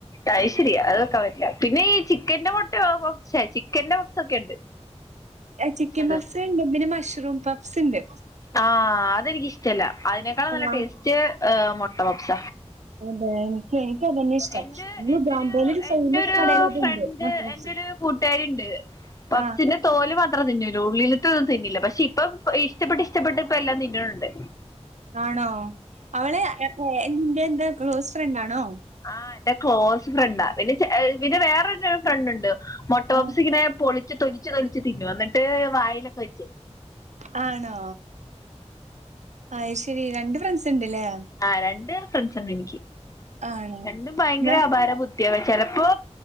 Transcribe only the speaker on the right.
ചിക്കൻ
പഫ്സ് ഉണ്ട്, പിന്നെ മഷ്റൂം പഫ്സ് ഉണ്ട്
ആ
അതെ എനിക്ക് അത് തന്നെ ഇഷ്ടം.
പിന്നെ
ഉഗാണ്ടേൽ ഒരു ഫേമസ്
കടെലത്ണ്ട്
മുട്ട പപ്സ്‌
ആഹ്
ആണോ അവളെ എന്റെ എന്താ ക്ലോസ് ഫ്രണ്ട് ആണോ?
ആഹ്.
ആണോ അയ്ശരി രണ്ട് ഫ്രണ്ട്സ് ഉണ്ട്ല്ലേ.
ആണോ?
വെ